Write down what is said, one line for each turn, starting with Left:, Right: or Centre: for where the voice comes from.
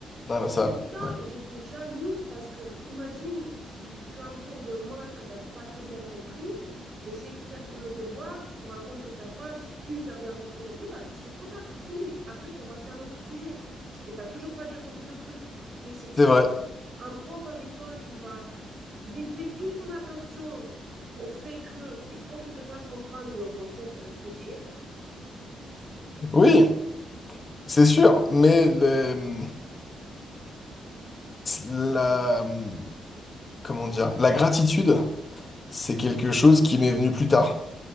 Left: non,
Right: mais
Left: mais
Right: en
Left: ça,
Right: même temps,
Left: ouais,
Right: j'étais jalouse parce que, imagine, tu, tu as un cours de maths que tu n'as pas très bien compris, tu essaies de faire le devoir, tu te rends compte que tu n'as pas super bien compris non plus, bah, c'est trop tard, c'est fini. Après, tu vas passer à un autre sujet et tu n'as toujours pas bien compris le truc. Mais si tu
Left: c'est vrai.
Right: as un prof avec toi qui va dédier toute son attention au fait que il faut qu'il te fasse comprendre le concept respectif.
Left: Oui, C'est sûr, mais le- hum, la, hum, comment dire, la gratitude, c'est quelque chose qui m'est venu plus tard.